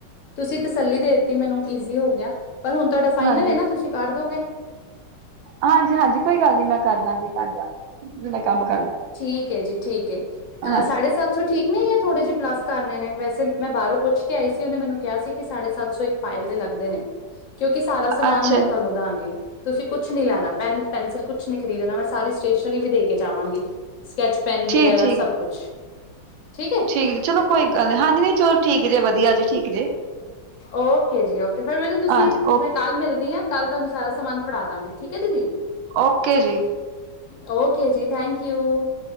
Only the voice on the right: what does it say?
ਹਾਂਜੀ
ਹਾਂਜੀ ਹਾਂਜੀ ਕੋਈ ਗੱਲ ਨੀ, ਮੈਂ ਕਰ ਦਾਂਗੀ ਤੁਹਾਡਾ। ਜਿੜਾ ਕੰਮ ਕਰਦਾ
ਹਾਂਜੀ।
ਅੱਛਾ
ਜੀ
ਠੀਕ ਠੀਕ
ਜੀ
ਠੀਕ ਜੀ ਚਲੋ ਕੋਈ ਗੱਲ ਨੀ ਹਾਂਜੀ ਨ ਚਲੋ ਠੀਕ ਜੇ, ਵਧੀਆ ਜੇ ਠੀਕ ਜੇ
ਹਾਂਜੀ ਓ
ਓਕੇ ਜੀ,